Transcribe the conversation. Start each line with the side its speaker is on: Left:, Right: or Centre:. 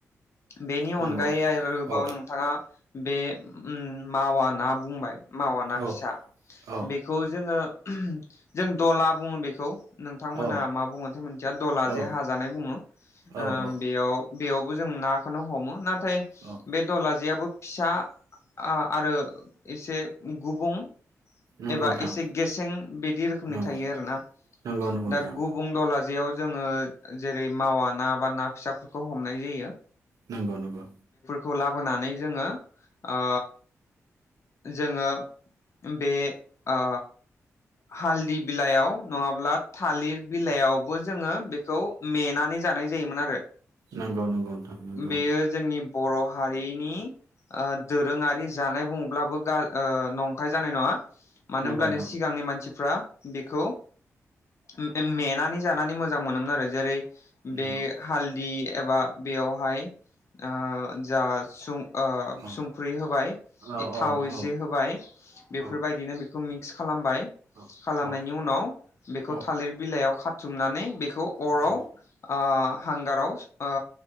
Left: बेनि
Right: नंगौ।
Left: अनगायै आरोबाव
Right: औ
Left: नोंथाङा बे उम मावा ना बुंबाय मावा ना
Right: औ
Left: फिसा
Right: औ
Left: बेखौ जोङो जों दला बुङो बेखौ नोंथांमोना
Right: औ
Left: मा बुङोथाय मोनसथिया दला
Right: औ
Left: जे हाजानाय बुङो
Right: औ
Left: ओ
Right: औ
Left: बेयाव बेयावबो जों नाखोनो हमो नाथाय
Right: औ
Left: <unintelligible> बे दलाजेयाबो फिसा आरो एसे गुबुं
Right: नंगौ
Left: एबा
Right: नोंथां
Left: एसे गेसें बिदि रोखोमनि
Right: नंगौ
Left: थायो आरोना
Right: नंगौ नंगौ
Left: दा
Right: नोंथां
Left: गुब दलाजियाव जोङो जेरै मावा ना बा ना फिसाफोरखौ हमनाय जायो।
Right: नंगौ नंगौ
Left: खौ लाबोनानै जोङो ओ जोङो बे ओ हालदि बिलाइयाव नङाब्ला थालिर बिलाइयावबो जोङो बेखौ मेनानै जानाय जायोमोन आरो।
Right: नंगौ नंगौ नोंथां नंगौ
Left: बेयो जोंनि बर' हारिनि ओ दोरोङारि जानाय बुंब्लाबो गा ओ नंखाय जानाय नङा। मानो
Right: नंगौ
Left: होनब्लानो
Right: नोंथां
Left: सिगांनि मान मानसिफ्रा बेखौ मे- मेनानै जानानै मोजां मोनोमोन आरो जेरै बे
Right: नंगौ
Left: हालदि एबा बेयावहाय ओ जा सुं ओ
Right: औ
Left: संख्रि होबाय
Right: औ औ
Left: थाव
Right: नोंथां
Left: एसे
Right: औ
Left: होबाय बेफोरबायदिनो
Right: औ
Left: बेखौ फिक्स खालामबाय खालामनायनि
Right: औ औ
Left: उनाव बेखौ
Right: औ
Left: थालिर बिलाइयाव खा थुमनानै बेखौ खौ अराव
Right: नंगौ
Left: ओ हांगाराव ओ